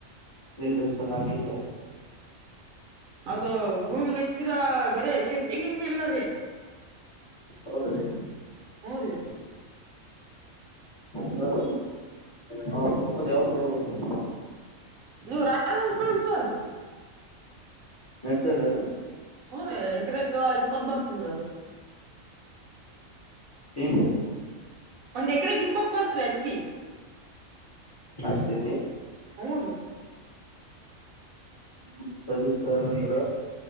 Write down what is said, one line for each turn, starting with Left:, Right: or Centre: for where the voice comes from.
Left: ಇಲ್ ಸರ್ ಹಾಕಲ್
Right: ಅದು ಭೂಮಿ ಹೆಚ್ಚಿರ ಬರೇ ಶತಿ ತಗಿಂಗೆ ಎಲ್ಲರಿ
Left: ಹೌದ ರೀ
Right: ರೀ
Left: ಸರ್ ನಾವು ಹೋಗೋದು ಯಾವತ್ತು ತೋಗಬೇಕು
Right: ನೀವು ರ ಸಟ್ ಬ್ರಿ
Left: ನೆಡ್ತರ ಯಾರು
Right: ಹ್ ರೀ ಏಕದೇಕ ಇಪ್ಪತ್ ಬರ್ತದ್ರೀ ಅದು
Left: ಇನ್ನು
Right: ಒಂದ್ ಎಕರೆಗೆ ಇಪ್ಪತ್ ಬರ್ತ್ ಅತಿಿ
Left: ಅಷ್ಟೇ
Right: ಹ ರೀ
Left: ಹ್ಮ್ ಸರಿ ಸರ್ ಅಂದ್ರ